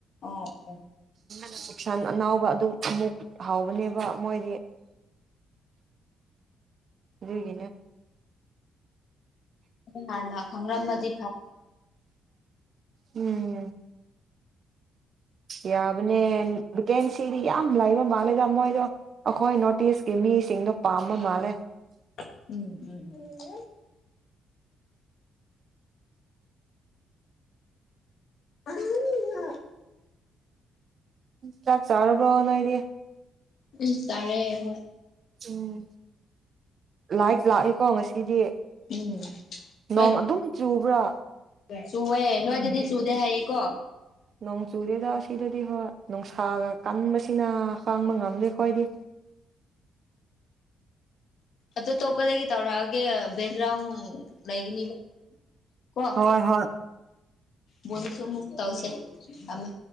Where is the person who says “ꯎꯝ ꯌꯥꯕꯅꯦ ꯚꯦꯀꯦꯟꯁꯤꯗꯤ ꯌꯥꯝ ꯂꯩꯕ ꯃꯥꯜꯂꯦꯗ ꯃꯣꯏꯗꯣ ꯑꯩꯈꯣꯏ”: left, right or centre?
Right